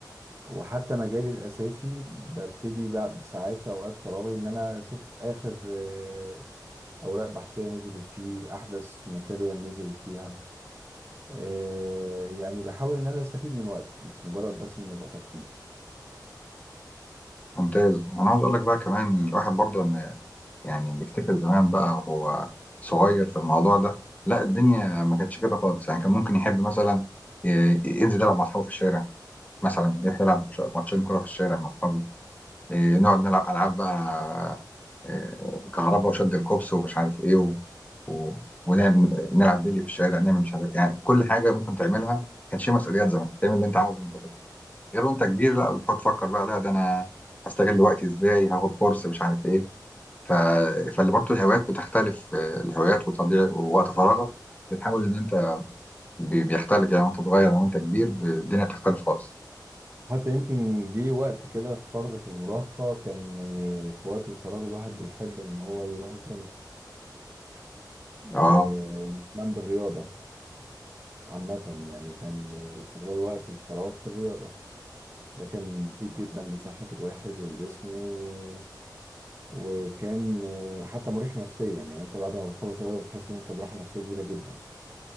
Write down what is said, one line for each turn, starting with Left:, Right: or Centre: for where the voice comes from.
Right: وحتى مجالي الاساسي ببتدي بقى ساعات في اوقات فراغي ان انا اشوف اخر آه، اوراق بحثيه نزلت فيه احدث ماتيريال نزلت فيها آه، يعني بحاول ان انا استفيد من وقتي مش مجرد بس انه يبقى ترفيه
Left: ممتاز انا عاوز اقول لك بقى كمان الواحد برضه لما يعني بيفتكر زمان بقى وهو صغير في الموضوع ده لا الدنيا ما كانتش كده خالص يعني كان ممكن يحب مثلا ي- ينزل يلعب مع اصحابه في الشارع مثلا يروح يلعب مش- ماتشين كرة في الشارع مع أصحابه إيه، نقعد نلعب ألعاب بقى إيه، كهرباء وشد الكوبس ومش عارف إيه و... و... ونلعب بيلي في الشارع نعمل مش عارف يعني كل حاجة ممكن تعملها ما كانش فيه مسؤوليات زمان تعمل اللي أنت عاوزه وأنت طفل غير وأنت كبير لا بتقعد تفكر بقى لا ده أنا هستغل وقتي إزاي هاخد كورس مش عارف إيه ف... فاللي برضه الهوايات بتختلف آه، الهوايات وتضييع ووقت فراغك بتحاول إن أنت بي- بيختلف يعني وأنت صغير أو وأنت كبير الدنيا بتختلف خالص
Right: حتى يمكن جه وقت كده في فترة المراهقة كان آه، في وقت الفراغ الواحد بيحب ان هو يروح الجيم آه،
Left: اه
Right: يهتم بالرياضة عامة يعني كان استغلال وقت الفراغ في الرياضة ده كان مفيد جدا لصحة الواحد والجسم و- وكان آه، حتى مريح نفسيا يعني انت بعد ما بتخلص الرياضة بتحس ان انت براحة نفسية كبيرة جدا